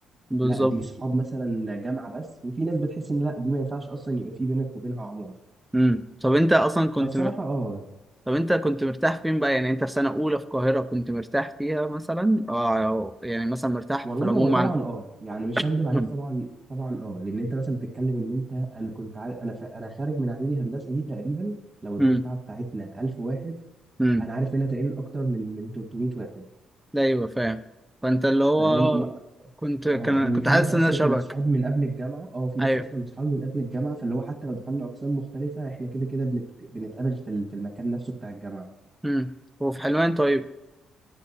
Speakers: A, in the centre; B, on the right.
A: بالظبط
B: لا دي صحاب مثلا جامعه بس وفي ناس بتحس ان لا دي ما ينفعش اصلا يبقى في بينك وبينها عمار
A: امم طب انت اصلا كنت
B: فالصراحة اه
A: طب انت كنت مرتاح فين بقى يعني انت في سنة اولى في القاهرة كنت مرتاح فيها مثلا اه أو يعني مثلا مرتاح
B: والله
A: في العموم
B: هو طبعا
A: عن
B: اه يعني مش هكدب
A: <clears throat>
B: عليك طبعا طبعا اه لان انت مثلا بتتكلم ان انت انا كنت عارف انا ف... انا خارج من اعدادي هندسة دي تقريبا لو الدفعة
A: امم
B: بتاعتنا 1000 واحد
A: امم
B: انا عارف منها تقريبا اكتر من من 300 واحد
A: ده ايوه فاهم فانت اللي هو
B: فاهم ما-
A: كنت كان
B: اه هو
A: كنت
B: في
A: حاسس
B: ناس اصلا
A: ان انا شبك
B: كانت صحابي من قبل الجامعة اه في ناس
A: ايوه
B: اصلا صحابي من قبل الجامعة فاللي هو حتى لو دخلنا اقسام مختلفة احنا كده كده بنت... بنتقابل في ال... في المكان نفسه بتاع الجامعة
A: امم وفي حلوان طيب